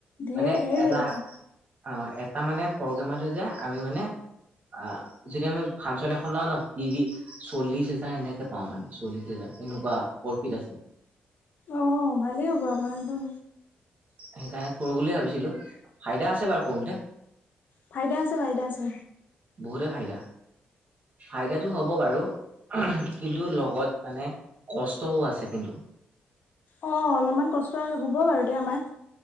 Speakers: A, on the left; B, on the right.
A: ধেৰ
B: মানে
A: ধেৰ
B: এটা
A: হেৰি পাম।
B: অ' এটা মানে প্ৰগ্ৰেমতে যে আমি মানে আ, যদি আমি ফাংচন এখন লও ন' তিৰি, চল্লিশ হেজাৰ এনেকে পাও মানে চল্লিশ হেজাৰ। এনেকুৱা প্ৰফিট আছে।
A: অ' ভালেই হ'ব আমাৰ দু
B: সেইকাৰণে কৰোঁ বুলিয়ে ভাবিছিলোঁ, ফাইদা আছে বাৰু কৰোঁতে।
A: ফাইদা আছে, ফাইদা আছে।
B: বহুতে ফাইদা। ফাইদাটো হ'ব বাৰু। কিন্তু লগত মানে কষ্টও আছে কিন্তু।
A: অ' অলপমান কষ্ট হ'ব বাৰু দে আমাৰ।